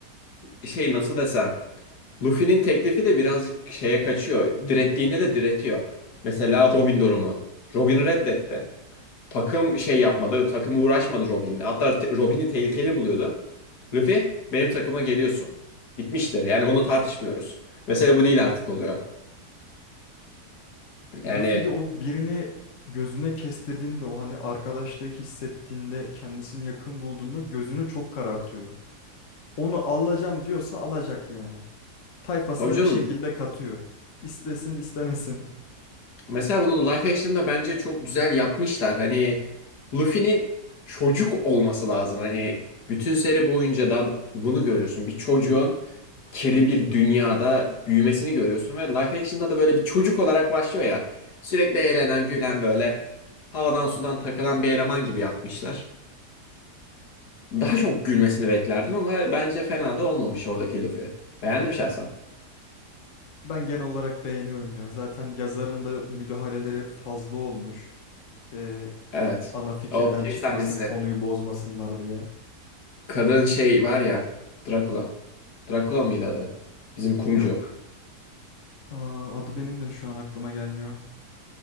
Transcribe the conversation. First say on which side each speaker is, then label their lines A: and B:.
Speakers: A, on the left; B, on the left.
A: şey nasıl desem. Luffy'nin teklifi de birazcık şeye kaçıyor. Direttiğinde de diretiyor. Mesela Robin durumu. Robin reddetti. Takım şey yapmadı. Takım uğraşmadı Robin'le. Hatta te- Robin'i tehlikeli buluyordu. Luffy benim takıma geliyorsun. Bitmiştir. Yani bunu tartışmıyoruz. Mesele bu değil artık oluyor. Yani
B: Luffy de o birini gözüne kestirdiğinde o hani arkadaşlığı hissettiğinde kendisini yakın bulduğunda gözünü çok karartıyor. Onu alacağım diyorsa alacak yani. Tayfasına
A: tabii canım
B: bir şekilde katıyor. İstesin istemesin.
A: Mesela bunu live action'da bence çok güzel yapmışlar. Hani Luffy'nin çocuk olması lazım. Hani bütün seri boyunca da bunu görüyorsun. Bir çocuğun kirli bir dünyada büyümesini görüyorsun ve live action'da da böyle bir çocuk olarak başlıyor ya. Sürekli eğlenen, gülen böyle havadan sudan takılan bir eleman gibi yapmışlar. Daha çok gülmesini beklerdim ama bence fena da olmamış oradaki Luffy. Beğendim şahsen.
B: Ben genel olarak beğeniyorum ya. Zaten yazarın da müdahaleleri fazla olmuş. Ee,
A: Evet.
B: ana fikirden
A: O şey
B: çıkmasın,
A: sahnesi.
B: konuyu bozmasınlar diye.
A: Kadın şey var ya Drakula. Drakula mıydı adı? Bizim kumcu.
B: Yok. Aa, adı benim de şu an aklıma gelmiyor.